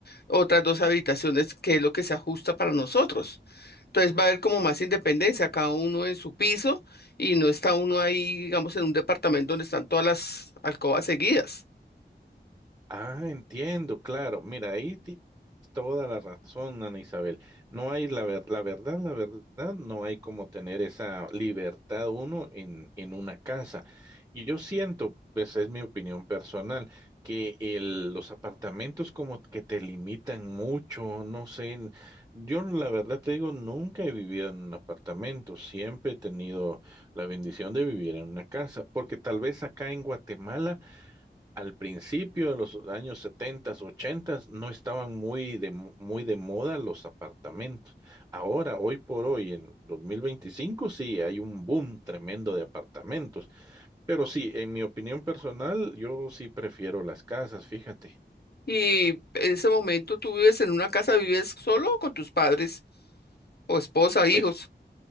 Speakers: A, on the left; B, on the right.
A: otras dos habitaciones, que es lo que se ajusta para nosotros. Entonces, va a haber como más independencia, cada uno en su piso y no está uno ahí, digamos, en un departamento donde están todas las alcobas seguidas.
B: Ah, entiendo, claro. Mira, ahí tienes toda la razón, Ana Isabel. No hay la ver- la verdad, la verdad, no hay como tener esa libertad uno en, en una casa. Y yo siento, pues es mi opinión personal, que el- los apartamentos como que te limitan mucho, no sé. Yo la verdad te digo, nunca he vivido en un apartamento, siempre he tenido la bendición de vivir en una casa, porque tal vez acá en Guatemala al principio de los años 70, 80, no estaban muy de, muy de moda los apartamentos. Ahora, hoy por hoy, en 2025, sí, hay un boom tremendo de apartamentos. Pero sí, en mi opinión personal, yo sí prefiero las casas, fíjate.
A: Y en ese momento, ¿tú vives en una casa, vives solo o con tus padres o esposa, hijos?
B: Pues,